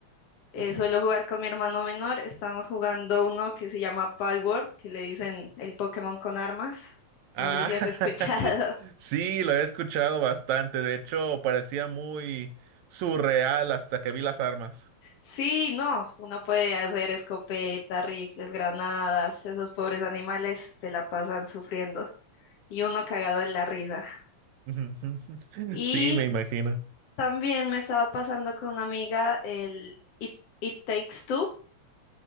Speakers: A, on the left; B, on the right.
A: eh,
B: Ujú.
A: suelo jugar con mi hermano menor. Estamos jugando uno que se llama Palworld, que le dicen el Pokémon con armas.
B: Ah,
A: No sé si
B: <laughs>
A: has escuchado. <laughs>
B: sí, lo he escuchado bastante. De hecho, parecía muy surreal hasta que vi las armas.
A: Sí, no, uno puede hacer escopeta, rifles, granadas. Esos pobres animales se la pasan sufriendo y uno cagado de la risa.
B: <laughs>
A: Y
B: Sí, me imagino.
A: también me estaba pasando con una amiga el It, It Takes Two.